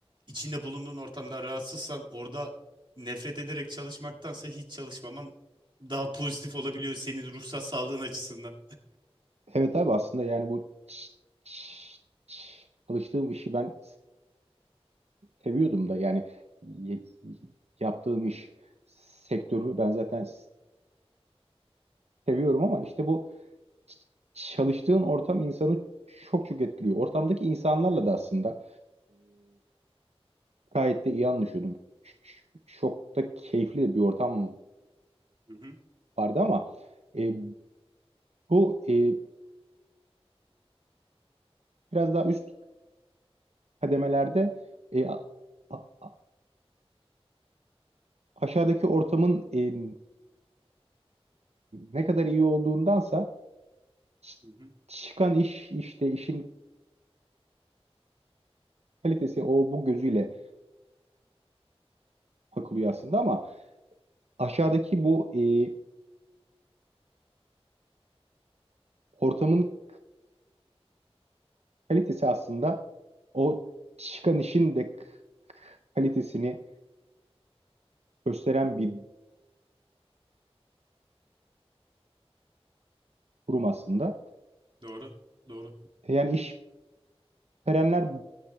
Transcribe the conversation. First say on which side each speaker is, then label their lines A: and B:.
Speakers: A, on the right (about 50°); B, on the right (about 85°).
A: içinde bulunduğun ortamdan rahatsızsan orada nefret ederek çalışmaktansa hiç çalışmaman daha pozitif olabiliyor senin ruhsal sağlığın açısından.
B: Evet abi aslında yani bu ç- ç- ç- çalıştığım işi ben seviyordum da yani y- yaptığım iş sektörümü ben zaten seviyorum ama işte bu ç- çalıştığın ortam insanı çok çok etkiliyor. Ortamdaki insanlarla da aslında Gayet de iyi anlaşıyordum. Ç- ç- Çok da keyifli de bir ortam
A: Hı hı.
B: vardı ama e, bu e, biraz daha üst kademelerde e, a- a- a- aşağıdaki ortamın e, ne kadar iyi olduğundansa ç-
A: Hı hı.
B: çıkan iş işte işin kalitesi o bu gözüyle bakılıyor aslında ama aşağıdaki bu e, ortamın kalitesi aslında o çıkan işin de kalitesini gösteren bir durum aslında.
A: Doğru, doğru.
B: Yani işverenler bu,